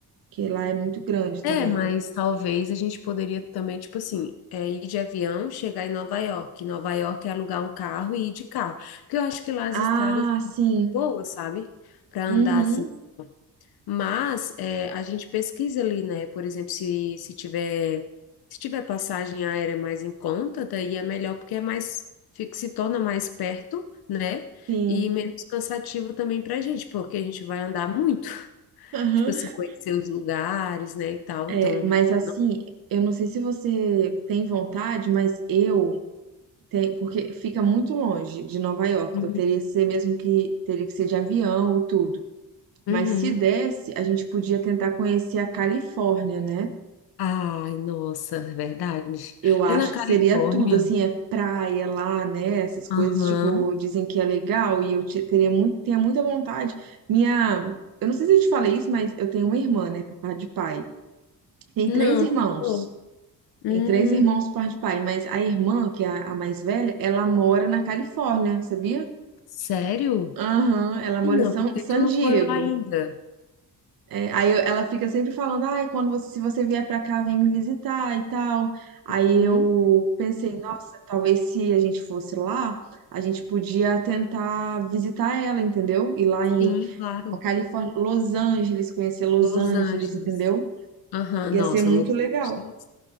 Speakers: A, on the right; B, on the left.
A: Que lá é muito grande também.
B: É, mas talvez a gente poderia também, tipo assim, é, ir de avião, chegar em Nova York. Nova York é alugar um carro e ir de carro. Porque eu acho que lá as
A: Ah,
B: estradas são
A: sim.
B: boas, sabe? Para andar
A: Uhum,
B: assim. Mas é, a gente pesquisa ali, né? Por exemplo, se, se tiver se tiver passagem aérea mais em conta, daí é melhor porque é mais fica- se torna mais perto, né?
A: sim.
B: E menos cansativo também para a gente, porque a gente vai andar muito.
A: <laughs>
B: Tipo assim, conhecer os lugares, né, e tal.
A: É,
B: Então,
A: mas assim,
B: não-
A: eu não sei se você tem vontade, mas eu tenho, porque fica muito longe de Nova York,
B: Uhum.
A: então teria que ser mesmo que teria que ser de avião e tudo.
B: Uhum.
A: Mas se desse, a gente podia tentar conhecer a Califórnia, né?
B: ai, nossa, é verdade.
A: Eu acho
B: É na Califórnia?
A: que seria tudo, assim, é praia lá, né? Essas coisas,
B: Aham.
A: tipo, dizem que é legal e eu te- teria muito, tenho muita vontade. Minha, eu não sei se eu te falei isso, mas eu tenho uma irmã, né, por parte de pai. Tem
B: Não,
A: três irmãos.
B: não. Hum,
A: Tem três irmãos por parte de pai, mas a irmã, que é a a mais velha, ela mora na Califórnia, sabia?
B: sério?
A: Aham, ela mora
B: Não,
A: em São,
B: porque
A: San
B: tu não
A: Diego.
B: foi lá ainda.
A: É, aí eu- ela fica sempre falando, ai, quando você, se você vier pra cá, vem me visitar e tal. Aí
B: Uhum.
A: eu pensei, nossa, talvez se a gente fosse lá, a gente podia tentar visitar ela, entendeu? Ir lá em
B: Sim, claro.
A: Califórnia, Los Angeles, conhecer Los
B: Los
A: Angeles,
B: Angeles.
A: entendeu?
B: Aham,
A: Ia
B: nossa,
A: ser muito
B: Los
A: legal.
B: Angeles